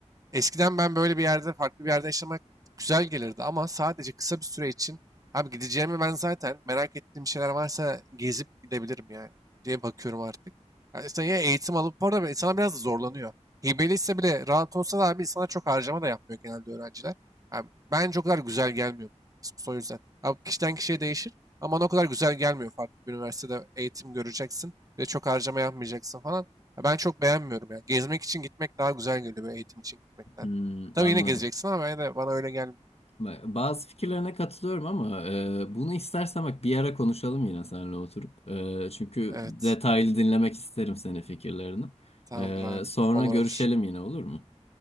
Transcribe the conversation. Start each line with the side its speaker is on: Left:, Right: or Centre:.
Right: Eskiden ben böyle bir yerde, farklı bir yerde yaşamak güzel gelirdi ama sadece kısa bir süre için abi gideceğimi ben zaten merak ettiğim şeyler varsa gezip gidebilirim yani diye bakıyorum artık. Yani işte ya eğitim alıp bu arada insana biraz da zorlanıyor. Hibeli bile rahat olsa da abi insana çok harcama da yapmıyor genelde öğrenciler. Yani bence o kadar güzel gelmiyor bana Erasmus o yüzden. Abi kişiden kişiye değişir ama bana o kadar güzel gelmiyor farklı bir üniversitede eğitim göreceksin ve çok harcama yapmayacaksın falan. Ya Ben çok beğenmiyorum ya. Gezmek için gitmek daha güzel geliyor böyle eğitim için gitmekten.
Left: Hmm,
Right: Tabii
Left: anladım.
Right: yine gezeceksin ama ben de bana öyle gelmiyor.
Left: Ba- Bazı fikirlerine katılıyorum ama e, bunu istersen bak bir ara konuşalım yine seninle oturup. E, çünkü
Right: Evet.
Left: detaylı dinlemek isterim senin fikirlerini.
Right: Tamamdır
Left: E,
Right: abi.
Left: sonra
Right: Olur
Left: görüşelim
Right: olur.
Left: yine olur mu?